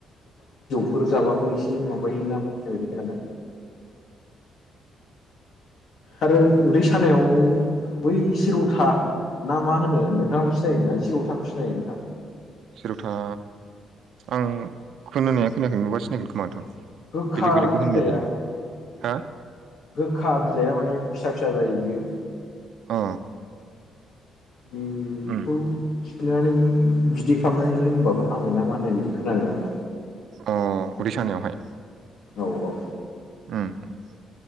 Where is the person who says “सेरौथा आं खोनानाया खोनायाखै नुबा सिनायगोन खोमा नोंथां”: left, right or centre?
Right